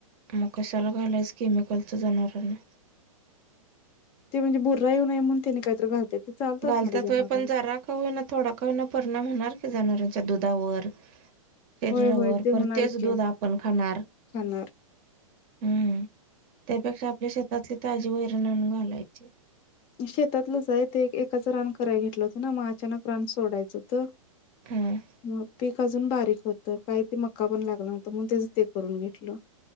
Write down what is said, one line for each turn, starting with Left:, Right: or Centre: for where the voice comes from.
Right: मग कशाला घालायच केमिकलच जनावरांना?
Left: ते म्हणजे बुर्रा येऊ नये म्हणून तेनी काहीतरी घालत्यात. ते चालत
Right: घालत्यात
Left: असणार आहे जनावरांना.
Right: होय, पण जरा का होई ना थोडा का हो ना परिणाम हुनार की जनावरां च्या दुधावर. शरीरावर,
Left: होय होय ते
Right: परतच
Left: होणार की
Right: दूध आपण खाणार.
Left: खाणार.
Right: हुं.. त्यापेक्षा आपल्या शेतातली ताजी वैरण आणून घालायची.
Left: ते शेतातलंच आहे ते एकाचं रान कराय घेतलं होतं ना मग अचानक रान सोडायचं होतं
Right: हम्म
Left: मग पीक अजून बारीक क होत काही ते मका पण लागला न्हवता मग तेच ते करून घेतलं